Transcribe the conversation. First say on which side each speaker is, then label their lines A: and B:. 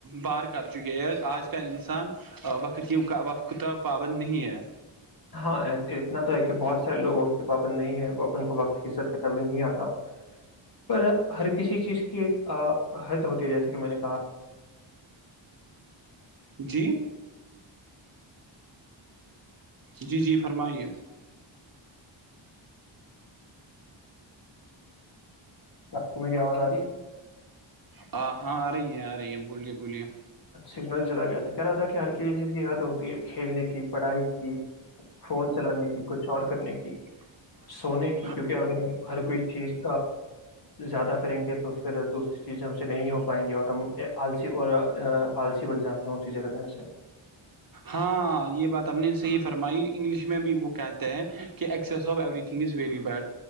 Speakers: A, on the right; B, on the left.
A: بار کر چکے ہیں آج کا انسان وقت کی کا وق پابند نہیں ہے
B: ہاں اتنا تو ہے کہ بہت سارے لوگوں کی پابند نہیں ہے اورن کو وقت فیصد کا تب نہیں آتا پر ہر کسی چیز کی ایک حد ہوتی ہے جیسا کہ میں نے کہا
A: جی جی جی فرمائیے
B: کیا آپ کو میری آواز آ رہی ہے
A: ہ ہاں آ رہی ہے آ رہی ہے بولیے بولیے
B: سگنل چلا گیا تھا کہہ رہا تھا کہ ہر چ چیز کی حد ہوتی ہے کھیلنے کی پڑھائی کی فون چلانے کی کچھ اور کرنے کی
A: <inaudible>
B: سونے کیونکہ اگر ہم ہر کوئی چیز زیادہ کریں گے تو پھر دوسری چیز ہم سے نہیں ہو پائیں گی اور ہم آلسی اور آلسی بن جاتے ہیں وہ چیزیں کرنے سے
A: ہاں یہ بات ہم نے صحیح فرمائی انگلش میں بھی وہ کہتے ہیں کہ excess of everything is very bad